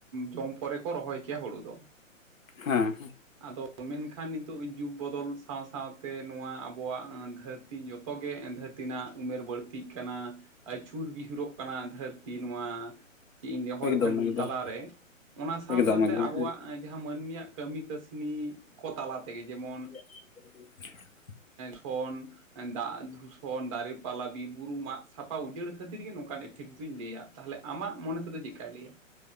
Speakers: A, on the right; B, on the left.
A: ᱡᱚᱢ ᱯᱚᱨᱮ ᱠᱚ ᱨᱚᱦᱚᱭ ᱠᱮᱭᱟ ᱦᱩᱲᱩ ᱫᱚ
B: ᱦᱮᱸ ᱮᱸ
A: ᱟᱫᱚ ᱢᱮᱱᱠᱷᱟᱱ ᱱᱤᱛᱚᱜ ᱡᱩᱜ ᱵᱚᱫᱚᱞ ᱥᱟᱶ ᱥᱟᱶ ᱥᱟᱶᱛᱮ ᱱᱚᱣᱟ ᱟᱵᱚᱣᱟᱜ ᱫᱷᱟᱹᱨᱛᱤ ᱡᱚᱛᱚᱜᱮ ᱫᱷᱟᱹᱨᱛᱤ ᱨᱮᱱᱟᱜ ᱩᱢᱮᱨ ᱵᱟᱹᱲᱛᱤᱜ ᱠᱟᱱᱟ ᱟᱹᱪᱩᱨ ᱵᱤᱦᱩᱨᱚᱜ ᱠᱟᱱᱟ ᱫᱷᱟᱹᱨᱛᱤ ᱱᱚᱣᱟ ᱪᱮᱫ ᱤᱧ ᱦᱚᱭ
B: ᱮᱠᱫᱚᱢ
A: ᱵᱷᱟᱱᱰᱩᱞ
B: ᱮᱠᱫᱚᱢ
A: ᱛᱟᱞᱟᱨᱮ ᱚᱱᱟ ᱥᱟᱶ
B: ᱮᱠᱫᱚᱢ
A: ᱥᱟᱶᱛᱮ
B: ᱮᱠᱫᱚᱢ
A: ᱟᱵᱚᱣᱟᱜ ᱡᱟᱦᱟᱸ ᱢᱟᱹᱱᱢᱤᱭᱟᱜ ᱠᱟᱹᱢᱤ ᱠᱟᱹᱥᱤ ᱱᱤ ᱠᱚ ᱛᱟᱞᱟ ᱛᱮᱜᱮ ᱡᱮᱢᱚᱱ
B: <unintelligible>
A: ᱯᱷᱚᱱ ᱫᱟᱜ ᱫᱷᱩᱥᱚᱱ ᱫᱟᱨᱮ ᱯᱟᱞᱟ ᱵᱤᱨ ᱵᱩᱨᱩ ᱢᱟᱜ ᱥᱟᱯᱷᱟ ᱩᱡᱟᱹᱲ ᱠᱷᱟᱹᱛᱤᱨ ᱜᱮ ᱱᱚᱝᱠᱟᱱ ᱮᱯᱷᱮᱠᱴ ᱫᱩᱧ ᱞᱟᱹᱭᱟ᱾ ᱛᱟᱦᱞᱮ ᱟᱢᱟᱜ ᱢᱚᱱᱮ ᱛᱮᱫᱚ ᱪᱤᱠᱟᱭ ᱞᱟᱭᱟ?